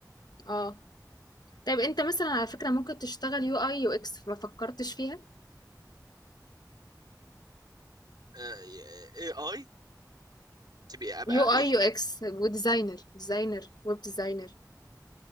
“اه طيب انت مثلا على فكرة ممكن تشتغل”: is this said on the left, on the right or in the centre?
Left